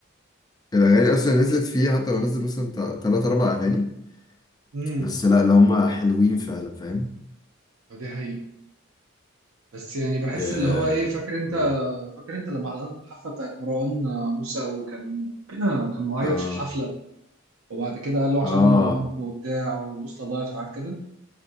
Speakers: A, on the left (about 20°); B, on the right (about 75°).
A: الاغاني اصلا اللي نزلت فيه حتى هو نزل مثلا بتاع تلات اربع اغاني
B: امم
A: بس لا اللي هم حلوين فعلا فاهم
B: ما دي حقيقه بس يعني بحس
A: يا-
B: اللي هو ايه فاكر انت
A: قول.
B: فاكر انت لما حضرنا الحفله بتاعت مروان موسى وكان كان معيط
A: اه
B: في الحفله وبعد كده قال له عشان
A: اه
B: مامته وبتاع والبوصله ضاعت وحاجات كده